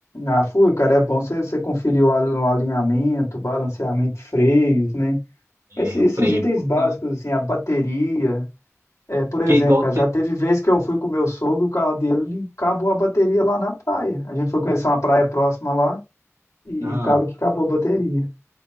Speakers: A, on the left; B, on the right.
A: Ah, fui, cara, é bom você você conferir o al- o alinhamento, balanceamento, freios, né? Esses,
B: É,
A: esses
B: o freio
A: itens
B: é importante.
A: básicos, assim, a bateria. É, por
B: Porque
A: exemplo,
B: igual
A: cara,
B: você.
A: já teve vez que eu fui com o meu sogro, o carro dele acabou a bateria lá na praia. A gente foi conhecer uma praia próxima lá. e
B: Ah,
A: acaba que acabou a bateria.